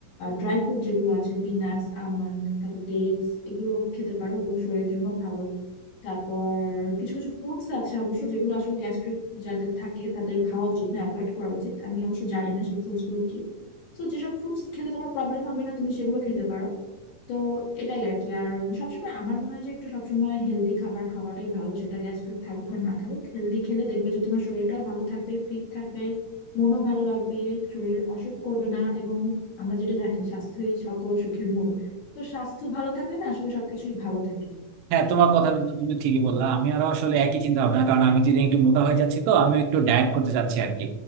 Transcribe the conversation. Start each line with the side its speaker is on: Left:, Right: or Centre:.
Left: ড্রাই ফ্রুট যেগুলো আছে পিনাটস আমন্ড তারপর ডেটস এগুলো খেতে পারো এগুলো শরীরের জন্য ভালো তারপর কিছু কিছু ফ্রুটস আছে অবশ্য যেগুলো আসলে গ্যাস্ট্রিক যাদের থাকে তাদের খাওয়া উচিত না অ্যাভয়েড করা উচিত আমি অবশ্য জানি না সেই ফ্রুটস গুলো কি তো যেসব ফ্রুটস খেলে তোমার প্রবলেম হবে না তুমি সেগুলো খেতে পারো তো এটাই আর কি আর সবসময় আমার মনে হয় যে একটু সবসময় হেলদি খাবার খাওয়াটাই ভালো সেটা গ্যাস্ট্রিক থাকুক আর না থাকুক হেলদি খেলে দেখবে যে তোমার শরীরটাও ভালো থাকবে ফিট থাকবে মনও ভালো লাগবে শরীর অসুখ করবে না এবং আমরা যেটা জানি স্বাস্থ্যই সকল সুখের মূল তো স্বাস্থ্য ভালো থাকলে না আসলে সবকিছুই ভালো থাকে
Right: হ্যাঁ তোমার কথাটা তো তুমি ঠিকই বললা আমি আরো আসলে একই চিন্তা ভাবনা কারণ আমি তো ইদানিং একটু মোটা হয়ে যাচ্ছি তো আমি একটু ডায়েট করতে চাচ্ছি আর কি